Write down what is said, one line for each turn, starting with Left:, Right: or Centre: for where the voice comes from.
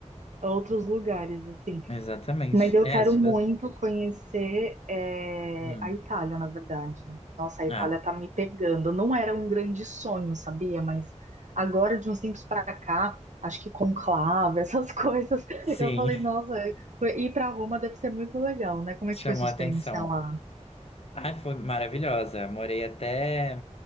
Right: outros lugares, assim.
Left: Exatamente.
Right: Mas eu
Left: É,
Right: quero
Left: as-
Right: muito
Left: as-
Right: conhecer é,
Left: hum.
Right: a Itália, na verdade. Nossa, a Itália
Left: Ah,
Right: tá me pegando. Não era um grande sonho, sabia? Mas agora, de uns tempos para cá, acho que conclave, essas <laughs> coisas,
Left: sim,
Right: eu falei, nossa,
Left: <laughs>
Right: ir para Roma deve ser muito legal, né? Como
Left: chamou
Right: é que foi sua experiência
Left: a atenção.
Right: lá?
Left: Ah, foi maravilhosa. Morei até